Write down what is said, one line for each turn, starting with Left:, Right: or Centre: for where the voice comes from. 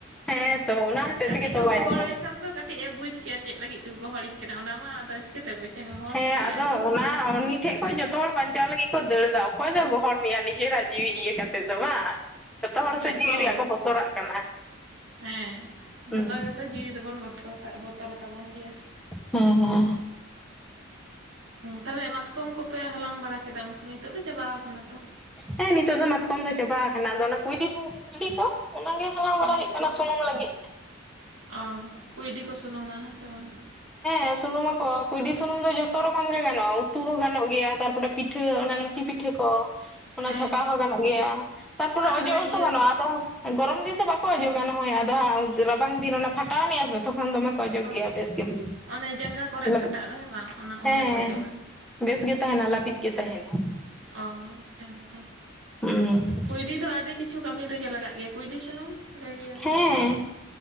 Centre: ᱦᱮᱸ ᱛᱚ ᱚᱱᱟ ᱦᱚᱛᱮᱡ
Right: ᱠᱟᱹᱴᱤᱡ
Centre: ᱛᱮᱜᱮ ᱛᱚ
Right: ᱠᱚ
Centre: ᱵᱟᱭ
Right: ᱜᱚᱦᱚᱲᱟᱭ
Centre: ᱟᱸᱡᱚᱢ ᱞᱮᱫᱟ᱾
Right: ᱠᱷᱟᱱ ᱫᱚ ᱠᱟᱹᱴᱤᱡ ᱮ ᱵᱩᱪ ᱠᱮᱭᱟ, ᱪᱮᱫ ᱞᱟᱹᱜᱤᱫ ᱠᱚ ᱜᱚᱦᱚᱲᱤᱧ ᱠᱟᱱᱟ ᱚᱱᱟ ᱢᱟ ᱟᱫᱚ ᱪᱤ ᱠᱟᱹᱛᱮ ᱵᱩᱡᱟᱭ ᱦᱚᱦᱚᱣᱟ
Centre: ᱦᱮᱸ
Right: ᱛᱤᱠᱤ
Centre: ᱟᱫᱚ
Right: ᱟᱡᱸᱚᱢᱟᱭ?
Centre: ᱚᱱᱟ ᱩᱱᱤ ᱴᱷᱮᱡ ᱠᱷᱚᱡ ᱡᱚᱛᱚ ᱦᱚᱲ ᱵᱟᱧᱪᱟᱣ ᱞᱟᱹᱜᱤᱫ ᱠᱚ ᱫᱟᱹᱲ ᱫᱟ ᱚᱠᱚᱭ ᱫᱚᱭ ᱜᱚᱦᱚᱲ ᱢᱮᱭᱟ ᱱᱤᱡᱮᱨᱟᱜ ᱡᱤᱣᱤ ᱤᱭᱟᱹ ᱠᱟᱛᱮᱫ ᱫᱚ ᱵᱟᱝ? ᱡᱷᱚᱛᱚ ᱦᱚᱲ ᱥᱮᱫ ᱡᱤᱣᱤ
Right: ᱦᱳᱭ
Centre: ᱨᱮᱭᱟᱜ ᱠᱚ ᱵᱚᱛᱚᱨᱟᱜ ᱠᱟᱱᱟ᱾
Right: ᱦᱮᱸ ᱡᱷᱚᱛᱚ
Centre: ᱱᱤᱛᱚᱜ
Right: ᱜᱮᱛᱚ ᱡᱤᱣᱤ ᱫᱚᱵᱚᱱᱚ ᱵᱚᱛᱚ ᱛᱟᱜ ᱵᱚᱛᱚ ᱨᱟᱛᱟ ᱵᱚᱱ ᱜᱮᱭᱟ᱾
Centre: ᱦᱮᱸ ᱦᱮᱸ᱾
Right: ᱛᱟᱦᱞᱮ ᱢᱟᱛᱠᱚᱢ ᱠᱚᱯᱮ ᱦᱟᱞᱟᱝ ᱵᱟᱲᱟ ᱠᱮᱫᱟ? ᱩᱱ ᱥᱚᱢᱚᱭ ᱱᱷᱦᱤᱛᱚᱜ ᱫᱚ ᱪᱟᱵᱟᱣ ᱠᱟᱱᱟ ᱛᱚ?
Centre: ᱦᱮᱸ ᱱᱤᱛᱚᱜ ᱫᱚ ᱢᱟᱛᱠᱚᱢ ᱫᱚ ᱪᱟᱵᱟ ᱟᱠᱟᱱᱟ ᱟᱫᱚ ᱚᱱᱟ ᱠᱩᱭᱰᱤ ᱠᱩ ᱠᱩᱭᱰᱤ ᱠᱚ, ᱚᱱᱟ ᱜᱮ ᱦᱟᱞᱟᱝ
Right: ᱦᱮᱸ
Centre: ᱵᱟᱲᱟ ᱦᱩᱭᱩᱜ ᱠᱟᱱᱟ ᱥᱩᱱᱩᱢ ᱞᱟᱹᱜᱤᱫ᱾
Right: ᱚ ᱠᱩᱭᱰᱤ ᱠᱚ ᱥᱩᱱᱩ ᱢᱟ ᱦᱮᱸ ᱥᱮ ᱵᱟᱝ?
Centre: ᱦᱮᱸ ᱥᱩᱱᱩᱢᱟ ᱠᱚ ᱠᱩᱭᱰᱤ ᱥᱩᱱᱩᱢ ᱫᱚ ᱡᱷᱚᱛᱚ ᱨᱚᱠᱚᱢ ᱜᱮ ᱜᱟᱱᱜ-ᱟ ᱩᱛᱩ ᱦᱚᱸ ᱜᱟᱱᱚᱜ ᱜᱮᱭᱟ ᱛᱟᱨᱯᱚᱨᱮ ᱯᱤᱴᱷᱟᱹ ᱚᱱᱟ ᱞᱩᱪᱤ ᱯᱤ ᱴᱷᱟᱹ ᱠᱚ ᱚᱱᱟ
Right: ᱦᱮᱸ
Centre: ᱪᱷᱟᱠᱟ ᱦᱚᱸ ᱜᱟᱱᱚᱜ ᱜᱮᱭᱟ ᱛᱟᱨᱯᱚᱨ
Right: ᱟᱨ
Centre: ᱚᱡᱚᱜ
Right: ᱦᱟᱱᱮ
Centre: ᱦᱚᱸᱛᱚ
Right: ᱤᱭᱟᱹ
Centre: ᱜᱟᱱᱚᱜᱟ, ᱟᱫᱚ ᱜᱚᱨᱚᱢ ᱫᱤᱱ ᱫᱚ ᱵᱟᱠᱚ ᱚᱡᱚᱜᱟ ᱱᱚ ᱚᱭ ᱟᱫᱚ ᱦᱟᱸᱜ ᱨᱟᱵᱟᱝ ᱫᱤᱱ ᱚᱱᱟ ᱯᱷᱟᱴᱟᱣᱱᱤᱡ ᱟᱥᱮ ᱛᱚᱠᱷᱚᱱ ᱫᱚᱢᱮ ᱠᱚ ᱚᱡᱳᱜᱽ
Right: ᱚ
Centre: ᱜᱮᱭᱟ ᱵᱮᱥ ᱜᱮ ᱵᱩᱡᱷᱟᱹᱜ
Right: ᱚᱱᱮ ᱡᱟᱸᱜᱟ ᱠᱚᱨᱮᱜ ᱯᱷᱟᱴᱟᱜ ᱫᱚ ᱦᱮᱸ ᱵᱟᱝ ᱚᱱᱟ ᱚᱸᱰᱮ
Centre: ᱦᱮᱸ᱾
Right: ᱠᱚ ᱚᱡᱚᱜ ᱟᱜ ᱜᱮᱭᱟ
Centre: ᱵᱮᱥ ᱜᱮ ᱛᱟᱸᱦᱮᱱᱟ ᱞᱟᱹᱵᱤᱫ ᱜᱮ ᱛᱟᱸᱦᱮᱱᱟ᱾
Right: ᱚ ᱦᱮᱸᱛᱚ
Centre: ᱦᱩᱸ
Right: ᱠᱩᱭᱰᱤ ᱫᱚ ᱟᱹᱰᱤ ᱠᱤᱪᱷᱩ ᱠᱟᱹᱢᱤ ᱨᱮᱜᱮ ᱞᱟᱜᱟᱜ ᱜᱮᱭᱟ ᱠᱩᱭᱰᱤ ᱥᱩᱱᱩᱢ ᱞᱟᱸᱭ ᱜᱮᱭᱟ
Centre: ᱦᱮᱸ
Right: ᱠᱚ ᱥᱮ ᱵᱟᱝ?